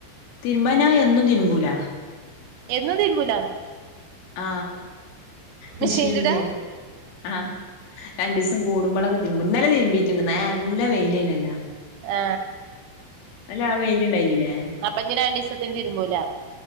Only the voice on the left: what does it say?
തിരുമ്പനായ് എന്നും തിരുമ്പൂല
ആ
മെഷീൻലെ ആ രണ്ടുദീസം കൂടുമ്പളാ ഇന്നലെ തിരുമ്പിയിട്ടുണ്ട് നല്ല വെയിലേനല്ലാ
ഇന്നലെ അവിടെ വെയിലിണ്ടായിനില്ലേ